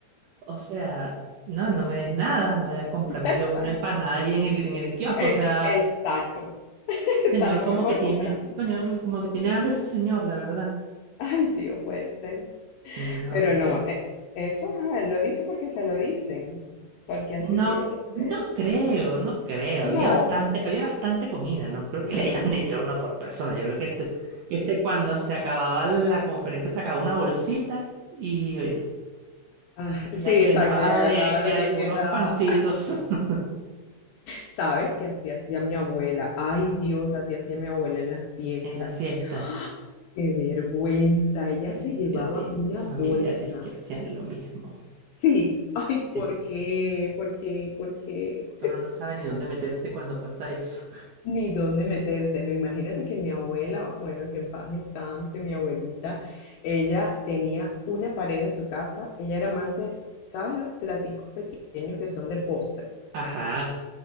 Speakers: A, on the right; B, on the left.
A: O sea, no, no me des nada, me voy a comprarme
B: Exacto.
A: yo una empanada ahí en el en el kiosco,
B: Eh,
A: o sea,
B: exacto. <laughs>
A: señor
B: Salgo
A: como
B: mejor
A: que
B: comprando.
A: tiene, coño, como que tiene hambre ese señor, la verdad.
B: Ay, Dios, puede ser.
A: No,
B: Pero
A: qué
B: no,
A: triste.
B: eh, eso ah, lo dice porque se lo dicen. Porque así
A: No,
B: tiene que ser.
A: no creo, no creo.
B: No.
A: Había bastante, había bastante comida. No creo
B: Mm.
A: que le hayan <laughs> dicho uno por persona. Yo creo que ese, ese cuando se acababa la conferencia sacaba una bolsita y bueno,
B: Ah,
A: y
B: sí,
A: la llenaba
B: exacto. Y agarraba
A: de, de
B: lo
A: algunos
B: que quedaba.
A: pancitos <laughs>
B: ¿Sabes qué así hacía mi abuela? Ay, Dios, así hacía mi abuela en las fiestas.
A: en la fiesta.
B: Qué vergüenza. Ella se llevaba
A: Yo tengo
B: una
A: familiares
B: bolsa.
A: que hacían lo mismo.
B: Sí. Ay, ¿por
A: Sí,
B: qué? ¿Por qué? ¿Por qué?
A: que uno no sabe ni dónde meterse cuando pasa eso.
B: ni dónde meterse, ¿no? Imagínate que mi abuela, bueno, que en paz descanse, mi abuelita, ella tenía una pared en su casa, ella era amante, ¿sabes los platicos pequeños que son de postre?
A: Ajá.